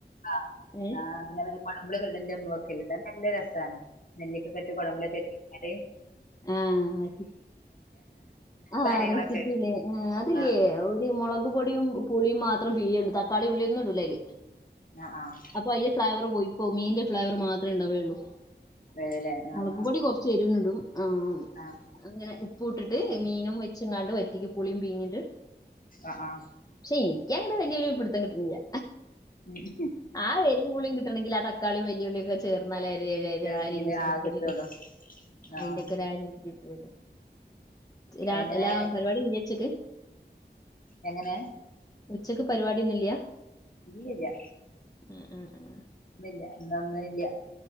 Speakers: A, on the left; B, on the left.
A: ആ
B: ഏ
A: പിന്നെ കോടംപുളി ഒക്കെ ഇട്ട വെക്കൽ നല്ല രസമാണ് നെല്ലിക്ക ക്കെ ഇട്ട് കുടമ്പളൊക്കെ ഇട്ടുകഴിഞ്ഞാല്
B: ആഹ് അത് ആഹ്
A: കാര്യങ്ങളൊക്കെ
B: റെസിപ്പില്ലേ ആഹ് അതില്ലേ
A: ആഹ്
B: ഒരു മുളക് പൊടിയും പുളിയും മാ മാത്രം പിഴിയണ്‌ തക്കാളീം ഉള്ളിയൊന്നും ഇടൂല്ലതില്
A: ആഹ് ആഹ്
B: അപ്പൊ അയ്യ ഫ്ലേവർ പോയിപ്പോ മീന്റെ ഫ്ലേവർ മാത്രമേ ഇണ്ടാവേയുള്ളൂ
A: അതെല്ലേ ആഹ്
B: മുളക്പൊടി
A: ആഹ്
B: കൊറച്ച് എരുവിന് ഇടും ആഹ്
A: ആഹ്
B: അങ്ങനെ ഉപ്പു ഇട്ടിട്ട് മീനും വെച്ച് ഇങ്ങാണ്ട് പറ്റിക്കും പുളിയും പീഴിഞ്ഞിട്ട്
A: ആഹ് ആഹ്
B: ക്ഷെ എനിക്കങ്ങട്ട് വലിയൊരു പിടുത്തം കിട്ടണില്ലാ
A: ഉം
B: ആ എരുുംപ പുളിയും കിട്ടണെങ്കിൽ ആ തക്കളും വലിയളിയ ഒക്കെ ചേർന്നാൽ അ
A: ഇതാണെങ്കില്
B: ആ ഇഞ്ചി
A: ആഹ്
B: പളത്ത
A: കിട്ടുള്ളൂ
B: അയിന്റെയക്കെ
A: ആഹ്
B: ഒ ഒരുരച കട്ടര രാ
A: എങ്ങനെ
B: എല്ലാ പരിപാടി നച്ചിക്ക്
A: എങ്ങനെയ
B: ഉച്ചക്ക് പരിപാടിയൊന്നില്ലയാ
A: ഇല്ലില്ല
B: ഉ ഉം ഉ
A: ഇന്നല്ലന്നല്ല